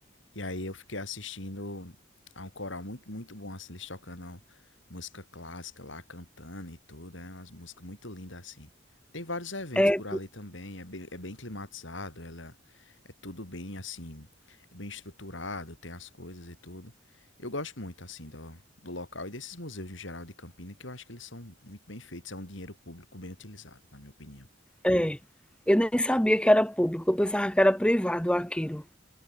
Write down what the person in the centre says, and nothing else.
É,
é eu nem sabia que era público, eu pensava que era privado aquilo.